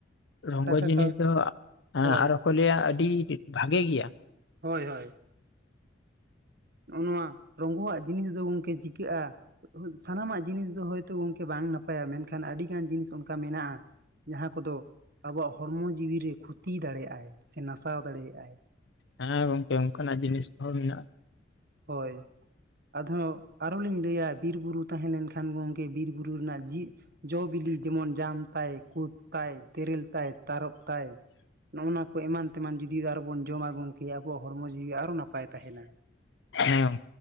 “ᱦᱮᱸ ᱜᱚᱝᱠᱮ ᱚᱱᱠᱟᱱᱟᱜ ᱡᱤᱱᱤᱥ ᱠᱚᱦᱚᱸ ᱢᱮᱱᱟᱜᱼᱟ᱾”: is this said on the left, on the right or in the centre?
Left